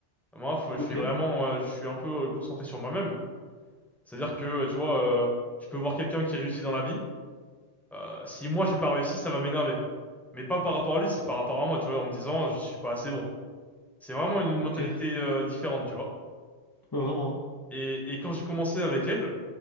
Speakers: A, in the centre; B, on the left.
A: Moi, faut- je
B: ok,
A: suis vraiment, euh, je suis un peu euh, concentré sur moi-même. C'est-à-dire que, euh, tu vois, euh, je peux voir quelqu'un qui réussit dans la vie. Euh, si moi, j'ai pas réussi, ça va m'énerver. Mais pas par rapport à lui, c'est par rapport à moi, tu vois, en me disant, je suis pas assez bon. C'est vraiment une, une mentalité,
B: ok.
A: euh, différente, tu vois.
B: Ouais, vraiment,
A: Et, et quand j'ai commencé avec elle,